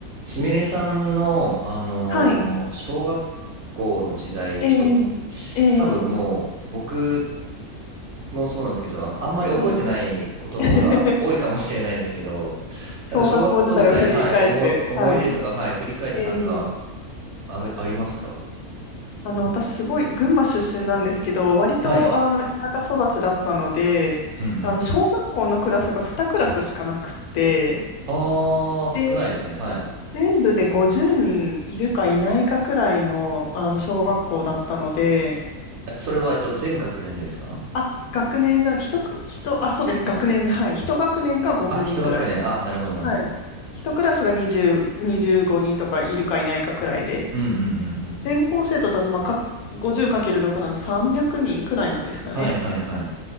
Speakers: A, on the right; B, on the left.
A: すみれさんの、あのー小学
B: はい。
A: 校の時代、
B: ええ、
A: ちょっと、
B: ええ、
A: 多分もう、僕もそうなんですけど、あの、あんまり覚えてないことの方が多いかもしれないですけど、
B: ええ。<laughs> 小学校時代を振り返って、
A: なんか小学校時代、はい、思い、思い出とか、
B: はい。
A: はい、振り返ってなんか、
B: ええ。
A: あ、ありますか
B: あの、私すごい群馬出身なんですけど、割とあの田舎育ちだったので、
A: はい。うんうん。
B: あの小学校のクラスが2クラスしかなくって、
A: あー、少ないですね。
B: で、
A: はい。
B: 全部で50人いるかいないかくらいの、あの小学校だったので、
A: え、それは、えっと、全学年でですか
B: あ、学年じゃ、一く、一、あ、そうです、学年で、はい、一学年が50人くらいで
A: あ、一学年。あ、なるほど、なるほど。
B: はい。一クラスが20、25人とかいるかいないかくらいで、
A: うんうんうんうん。
B: 全校生徒だとまあかごじゅうかける× 6なんで300人くにんくらいなんですかね。
A: はいはいはい。